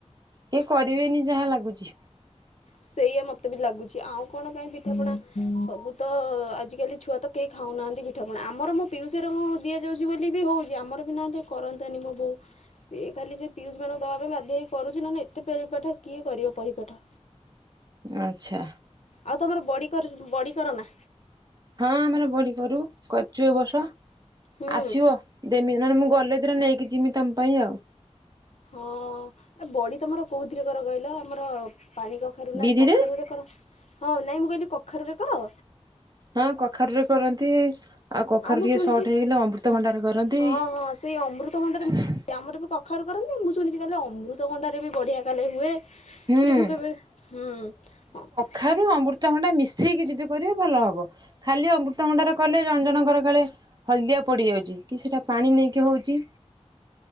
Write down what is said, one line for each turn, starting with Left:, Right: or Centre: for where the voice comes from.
Right: କିଏ କରିବେନି ଯାହା ଲାଗୁଛି।
Left: ସେଇଆ ମତେ ବି ଲାଗୁଛି। ଆଉ କଣ କାହିଁ ପିଠାପଣା ସବୁ ତ ଆଜିକାଲି ଛୁଆ ତ କେହି ଖାଉନାହାଁନ୍ତି ପିଠାପଣା ଆମର ମୋ ପିଉସି ଘର ଦିଆଯାଉଛି ବୋଲି ବି ହଉଛି। ଆମର ବି ନହେଲେ କରନ୍ତାନି ମୋ ବୋଉ। ସିଏ ଖାଲି ସେ ପିଉସି ମାନଙ୍କୁ ଦେବା ପାଇଁ ବାଧ୍ୟ ହେଇକି କରୁଛି। ନହେଲେ ଏତେ ପେରିପାଠ କିଏ କରିବ ପରିପାଠ।
Right: ଆଚ୍ଛା।
Left: ଆଉ ତମର ବଡ଼ି କର୍ ବଡ଼ି କର ନା?
Right: ହଁ ଆମର ବଡ଼ି କରୁ କରିଛୁ ଏ ବର୍ଷ
Left: ହୁଁ
Right: ଆସିବ। ଦେମି ନହେଲେ ମୁଁ ଗଲେଥିରେ ନେଇକି ଯିବି ତମ ପାଇଁ ଆଉ।
Left: ହଁ ଆ ବଡ଼ି ତମର କୋଉଥିରେ କର କହିଲ ଆମର ପାଣି କ କାରୁ ନା
Right: ବିରିରେ
Left: କଖାରୁରେ କର ହଁ ନାଇଁ ମୁଁ କହିଲି କଖାରୁରେ କର?
Right: ହଁ କଖାରୁ ରେ କରନ୍ତି ଆଉ କଖାରୁ
Left: ମୁଁ
Right: ଟିକେ
Left: ଶୁଣିଛି
Right: ସର୍ଟ ହେଇଗଲେ ଅମୃତ ଭଣ୍ଡାର କରନ୍ତି।
Left: ହଁ ହଁ ସେଇ ଅମୃତଭଣ୍ଡାରେ ଆମର ବି କଖାରୁ କରନ୍ତି ମୁଁ ଶୁଣିଛି କାଲେ ଅମୃତଭଣ୍ଡାରେ ବି ବଢ଼ିଆ କାଲେ ହୁଏ।
Right: ହୁଁ
Left: ଯେ ମୁଁ କେବେ ହୁଁ
Right: ଖାରୁ ଅମୃତଭଣ୍ଡା ମିଶେଇକି ଯଦି କରିବେ ଭଲ ହବ ଖାଲି ଅମୃତଭଣ୍ଡାର କଲେ ଜଜଣକର କାଳେ ହଳଦିଆ ପଡ଼ିଯାଉଛି କିଛିଟା ପାଣି ନେଇକି ହଉଚି